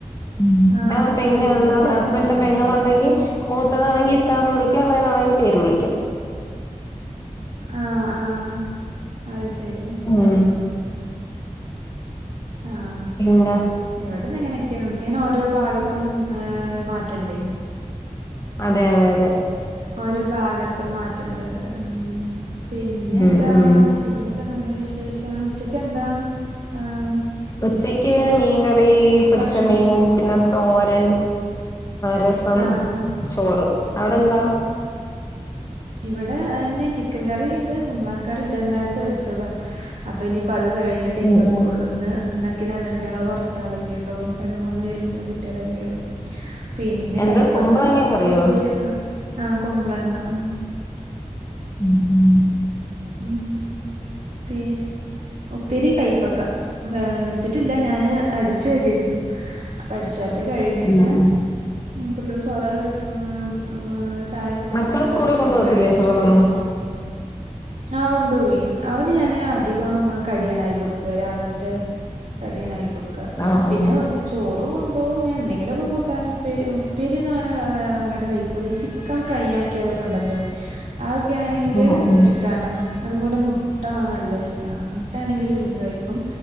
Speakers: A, on the left; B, on the right.
A: ഉം
B: ആ
A: ഇതാ
B: അത്
A: പെങ്ങ
B: ശരി ഇവിടെ
A: എന്താ
B: പേരന്നെ
A: ഹസ്ബൻ്റിൻ്റെ
B: വിളിക്കുക
A: പെങ്ങളുണ്ടെങ്കിൽ മൂത്തതാണെങ്കി ഇത്താന്ന് വിളിക്കും ഇളയതാണങ്കിൽ പേരു വിളിക്കും
B: ആഹ് ആഹ്അയ് ശരി
A: ഉം
B: ആഹ്
A: പിന്നെ
B: ഇവിടന്ന് ഇങ്ങനെയൊക്കെയാണ് വിളിക്ക ഇങ്ങനെ ഓരോ ഭാഗത്തും ഏഹ് മാറ്റണ്ടെയ്
A: അതെ അതെ അതെ
B: ഓരോ ഭാഗത്തും മാറ്റണ്ട്ന്ന് പറയാ ഉം പിന്നെ എന്താ
A: ഉം ഉം
B: പിന്നെ ഒക്കെ നല്ല വിശേഷാണ് ഉച്ചക്ക് എന്താ ആഹ്
A: ഉച്ചക്ക് മീൻകറി പൊരിച്ച
B: ഭക്ഷണം
A: മീൻ പിന്നെ തോരൻ രസ സം
B: ആ
A: ചോറ് അവിടെ എന്താ
B: ഇവിടെ അയന്നെ ചിക്കൻ കറിണ്ട് കുമ്പളങ്ങ കറി ഇണ്ട് ഇന്നലത്തെ വെച്ചതാ അപ്പൊ ഇനിയിപ്പോ അത് കഴിഞ്ഞി ട്ടയിനി
A: ഉം
B: വെക്കുള്ളൂ
A: ഉം
B: ഇന്ന് ഇന്നക്കിന് അത്ഇണ്ട് ഞങ്ങള് കുറച്ചാളല്ലേ ഉള്ളൂ രണ്ട് മൂന്ന് പേരും പിന്നെ കു കുട്ടികളല്ലേ ഉള്ളൂ പിന്നെ
A: എന്താ
B: കയ്പ്പക്ക
A: കുമ്പളങ്ങ കറിയോ
B: ഉപ്പേരി വെക്കണം ആഹ് കുമ്പളങ്ങ ഉം
A: ഉം ഉം
B: ഉം പി ഉപ്പേരി കൈപ്പക്ക വെച്ചിട്ടില്ല ഞാന് അടിച്ചോരേരുന്നു അപ്പൊ അടിച്ചാ രല് കഴിഞ്ഞിട്ട്
A: ഉം ഉം
B: കുട്ടേൾക്ക് ചോറെകെ ഹ് വ് ചായ കൊടുത്ത്
A: മക്കള് സ്കൂളിൽ
B: അടിച്ചോരല്
A: കൊണ്ട് പോകത്തില്ലേ
B: കഴിഞ്ഞിട്ട്
A: ചോറൊന്നും
B: ഉപ്പേരി വെക്കാച്ചെ ആഹ് കൊണ്ടുപോയ് അവന് ഞാന് അധികം കടിയാണ് ആക്കികൊടുക്ക രാവിലത്തെ കടിയാണ് ആക്കികൊട്ക്ക
A: ആഹ്
B: പിന്നെ
A: ആഹ്
B: ഒ ചോറ് കൊണ്ടോവും ഇങ്ങനെ എന്തെങ്കിലു ഒക്കെ കൂട്ടാന് ഉപ്പേരി ഉപ്പേരി ഒന്നുംഅങ്ങനെ വല്ലാണ്ടെ കഴി ഓല് ചിക്കൻ ഫ്രൈ ആക്കിയതൊക്കെ ഉണ്ടല്ലോ അതൊക്കെയാണെങ്കില്
A: ആഹ് ആഹ്
B: ഇഷ്ടാണ് അതുപോലെ മുട്ട നല്ല ഇഷ്ടാണ് മുട്ടാണെങ്കിൽ പിന്നെ കഴിക്കും